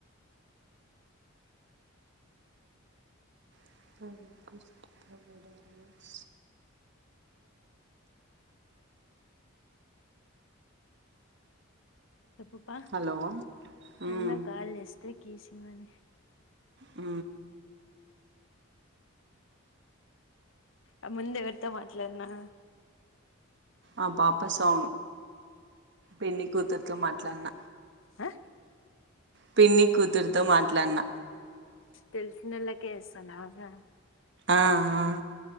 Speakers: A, on the right; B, on the left.
A: అష్టబడారు
B: చెప్పుప
A: హలో మ్
B: అయన్నకాల్ జేస్తి కీసిమ్మనా
A: అ
B: ఆ ముందేవరితో మాట్లాడినా
A: ఆ పాపస్ ఒ పిన్ని కూతురుతో మాట్లాడిన
B: ఆ
A: పిన్నిీ కుతుర్ తో మాట్లాడినా
B: తెలిసినోల్లకే ఏస్తాన్నవ జ
A: ఆ ఆ